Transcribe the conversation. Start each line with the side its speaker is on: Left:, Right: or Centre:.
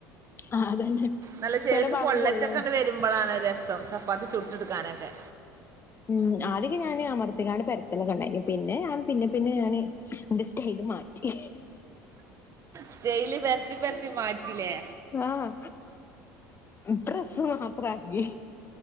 Left: ആ അതന്നെ
Right: നല്ല ചേൽക്ക്
Left: ചെല ഭാഗം
Right: പൊള്ളച്ചക്കെണ്ട്
Left: പൊള്ളും
Right: വരുമ്പളാണ് രസം ചപ്പാത്തി ചുട്ട് എടുക്കാനൊക്കെ
Left: ഉം ആദ്യോക്കെ ഞാന് അമർത്തിക്കാണ്ട് പരത്തെല്ലൊക്കെണ്ടായിന് പിന്നെ ഞാൻ പിന്നെ പിന്നെ ഞാന് എന്റെ സ്റ്റൈല് മാറ്റി
Right: സ്റ്റൈല് പരത്തി പരത്തി മാറ്റില്ലേ
Left: ആഹ് പ്രെസ്സ് മാത്രക്കി